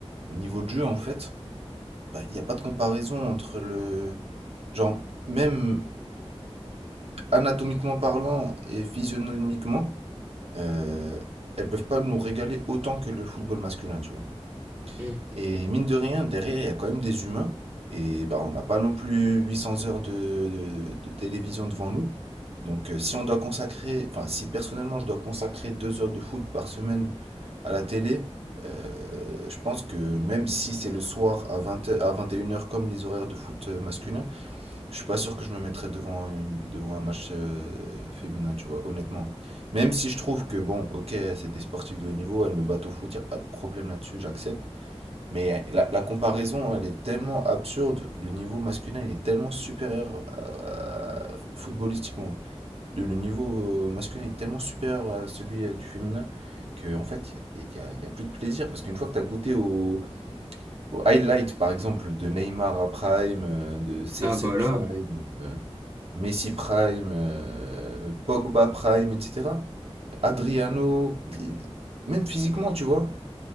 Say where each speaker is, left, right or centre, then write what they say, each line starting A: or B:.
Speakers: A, on the right; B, on the right.
A: le niveau de jeu en fait, bah, il n'y a pas de comparaison entre le genre même anatomiquement parlant et physionomiquement, euh, elles peuvent pas nous régaler autant que le football masculin, tu vois.
B: Mm.
A: Et mine de rien, derrière, il y a quand même des humains. Et bah, on n'a pas non plus 800 heures de, de- de télévision devant nous. Donc, euh, si on doit consacrer, enfin, si personnellement je dois consacrer deux heures de foot par semaine à la télé, euh, je pense que même si c'est le soir à 20 à 21 heures, comme les horaires de foot masculin, je suis pas sûr que je me mettrais devant, une- devant un match euh, féminin, tu vois, honnêtement. Même si je trouve que, bon, ok, c'est des sportifs de haut niveau, elles me battent au foot, il a pas de problème là-dessus, j'accepte. Mais euh, la, la comparaison, elle est tellement absurde. Le niveau masculin, il est tellement supérieur à- à- footballistiquement. Le le niveau euh, masculin est tellement supérieur à celui euh, du féminin que, en fait, il n'y a, y a- y a plus de plaisir. Parce qu'une fois que tu as goûté au, au highlight, par exemple, de Neymar à Prime, euh, de CR7
B: Ah bah là,
A: Prime, euh, Messi Prime, euh, Pogba Prime, etc. Adriano, même physiquement, tu vois.